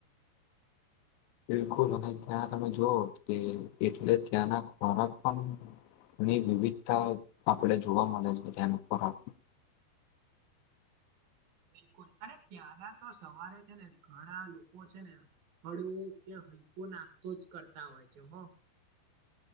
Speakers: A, on the left (about 80°); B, on the right (about 55°).
A: બિલકુલ અને ત્યાં તમે જોઓ કે એટલે ત્યાંના ખોરાક પણ ની વિવિધતા આપણેે જોવા મળે છે ધ્યાન ઉપર આપ
B: <inaudible> બિલકુલ અને ત્યાંના તો સવારે છે ને, ઘણા લોકો છે ને હળવો કે હલકો નાસ્તો જ કરતા હોય છે હો.